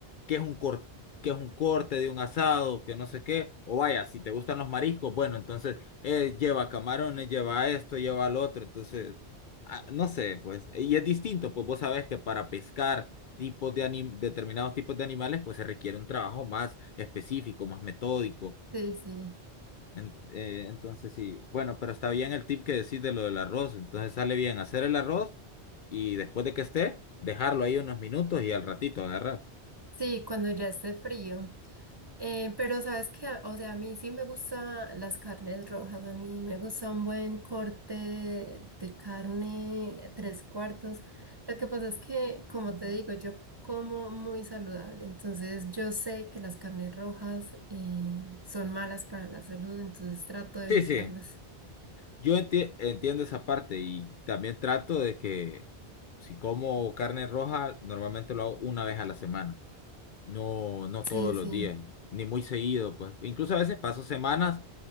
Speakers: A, on the left; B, on the right.
A: que es un cor- que es un corte de un asado, que no sé qué, o vaya, si te gustan los mariscos, bueno, entonces eh, lleva camarones, lleva esto, lleva lo otro, entonces ah, no sé, pues, y es distinto, pues vos sabés que para pescar tipos de anim- determinados tipos de animales, pues se requiere un trabajo más específico, más metódico.
B: sí, sí.
A: En- eh, entonces sí, bueno, pero está bien el tip que decís de lo del arroz. Entonces sale bien hacer el arroz y después de que esté, dejarlo ahí unos minutos y al ratito agarrar.
B: Sí, cuando ya esté frío. Eh, pero sabes que, o sea, a mí sí me gustan las carnes rojas, a mí me gusta un buen corte de carne tres cuartos. Lo que pasa es que, como te digo, yo como muy saludable, entonces yo sé que las carnes rojas eh, son malas para la salud, entonces trato de
A: Sí,
B: evitarlas.
A: sí, yo enti- entiendo esa parte y también trato de que si como carne roja, normalmente lo hago una vez a la semana, no, no todos
B: Sí,
A: los
B: sí.
A: días, ni muy seguido, pues. Incluso a veces paso semanas